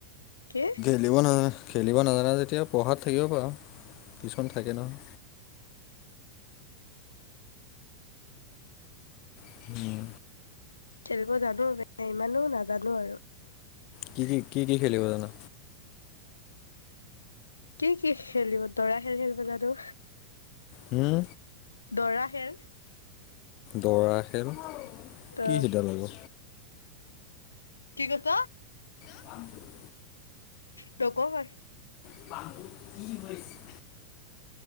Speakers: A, on the left; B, on the left.
A: কি?
B: খেলিব নহয় খেলিব নাজানা যেতিয়া পঢ়াত থাকিব পাৰা। কিছুমান থাকে নহয়। <inaudible>
A: খেলিব জানো, মানে ইমানো নাজানো আৰু।
B: কি কি কি খেলিব জানা?
A: কি কি খেলিব দৰা খেল খেলিব জানো।
B: হুম?
A: দৰা খেল।
B: দৌৰা খেল?
A: দ
B: কি সিডাল আকৌ
A: কি কৈছ?
B: <inaudible>
A: নকও মই।
B: <unintelligible>